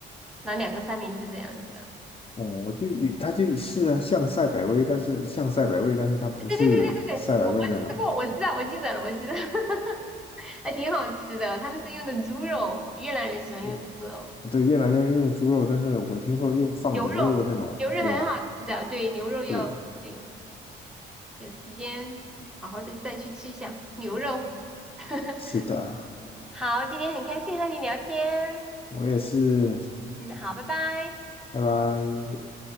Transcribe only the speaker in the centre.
拿两个三明治这样子的。
对对对对对对，我我吃过，我知道，我记得了，我记得，<laughs> 还挺好吃的。他们是用的猪肉，越南人喜欢用猪肉，
牛肉牛肉很好吃的，
对，牛肉要对，
有时间好好的再去吃一下牛肉。<laughs>
好，今天很开心和你聊天，
嗯，好，拜拜。